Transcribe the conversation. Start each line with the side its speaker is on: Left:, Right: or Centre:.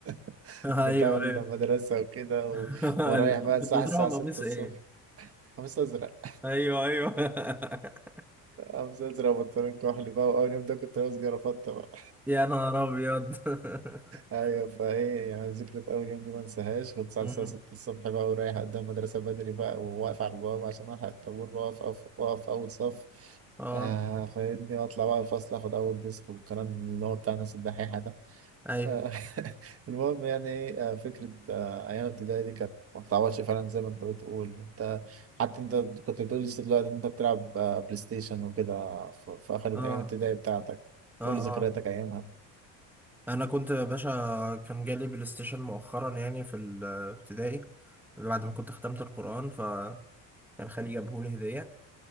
Right: <laughs>
Centre: <laughs>
Right: بتاع
Centre: ايوه
Right: المدرسة
Centre: ايوه
Right: وكده
Centre: <laughs>
Right: و... ورايح
Centre: ال-
Right: بقى الساعة
Centre: كنت بتروحوا
Right: الساعة
Centre: بقميص
Right: 6 الصبح
Centre: ايه
Right: قميص أزرق
Centre: ايوه ايوه <laughs>
Right: قميص أزرق وبنطلون كحلي بقى وأول يوم ده كنت لابس جرافطة بقى
Centre: يا نهار ابيض <laughs>
Right: أيوة فإيه يعني ذكرى أول يوم دي ما انساهاش كنت الساعة
Centre: أمم.
Right: 6 الصبح بقى ورايح قدام المدرسة بدري بقى وواقف على البوابة عشان ألحق الطابور بقف أقف أقف أول صف
Centre: اه
Right: آه فاهمني وأطلع بقى الفصل آخد أول ديسك والكلام اللي هو بتاع الناس الدحيحة
Centre: ايوه
Right: آه، <laughs> المهم يعني ايه آه، فكرة آه، أيام ابتدائي دي كانت ما بتعوضش فعلا زي ما أنت بتقول أنت حتى أنت كنت بتقول لسه دلوقتي إن أنت بتلعب آه، بلاي ستيشن وكده في في آخر
Centre: اه
Right: أيام ابتدائي بتاعتك
Centre: اه
Right: قول لي ذكرياتك
Centre: اه
Right: أيامها
Centre: انا كنت يا باشا كان جالي بلاي ستيشن مؤخرا يعني في الابتدائي بعد ما كنت ختمت القرآن فكان خالي جابهولي هدية